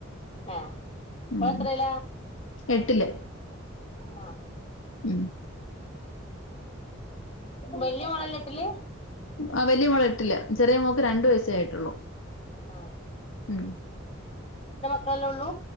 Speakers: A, on the left; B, on the left.
A: ആഹ്
B: ഉം
A: ഓള് എത്രയിലാ
B: എട്ടില്.
A: ആഹ്
B: ഉം
A: വെല്ല്യ മോളല്ലേ എട്ടില്?
B: ആ വെല്ല്യ മോളേട്ടില്. ചെറിയ മോക്ക് രണ്ട് വയസ്സേ ആയിട്ടുള്ളു
A: ആഹ്
B: ഉം.
A: ക്കളല്ലേ ഒള്ളൂ?